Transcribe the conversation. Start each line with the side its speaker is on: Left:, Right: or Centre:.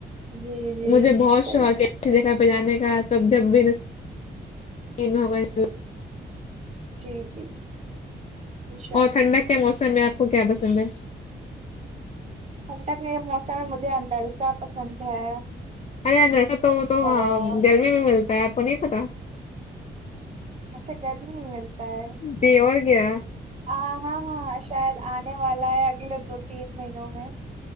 Right: جی جی
Left: مجھے بہت
Right: صحیح
Left: شوق
Right: بات
Left: ہے ایسے جگہ بجانے کا کب جب بھی <unintelligible> میں ہوگا اس
Right: جی جی انشاء
Left: اور
Right: اللہ
Left: ٹھنڈک کے موسم میں آپ کو کیا پسند ہے
Right: ٹھنڈک کے موسم میں مجھے اندرسہ پسند ہے
Left: ارے ویسا تو تو ہا
Right: اور
Left: گرمی بھی ملتا ہے آپ کو نہیں پتا
Right: اچھا گرمی میں ملتا ہے
Left: جی اور کیا
Right: ہاں ہاں ہاں شاید انے والا ہے اگلے دو تین مہینوں میں